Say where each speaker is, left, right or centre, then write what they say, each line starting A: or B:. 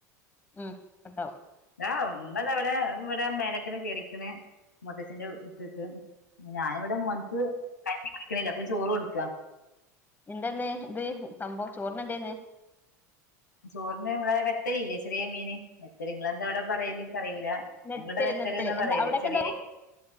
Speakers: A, on the left; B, on the left.
A: ഉം കട്ടാവും
B: ദാ ഉമ്മ ദാ അവിടെ ഇവിടെ മേലക്കന് കേറിക്കണ് മുത്തച്ഛന്റെ ഇടുത്ത്ക്ക് ഞാൻ ഇവിടെ മോൻ ക്ക് കഞ്ഞി കുടിക്കണില്ല <inaudible> ചോറും കോടുക്കാ
A: എന്താ ഇന്ന് ഇത് സംഭവം ചോർന് എന്തേർന്ന്
B: ചോറിന് നമ്മളെ നെത്തല് ഇല്ലേ ചെറിയ മീന് നിങ്ങളെന്താ അവിടെ പറയല് എനിക്ക് അറിയൂല
A: നെത്തല്
B: ഞങ്ങള് ഇടെ നെത്തല്ന്ന്
A: നെത്തല്
B: പറയല്
A: എന്താ അവിടൊക്കെ
B: ചെറിയ
A: എന്താ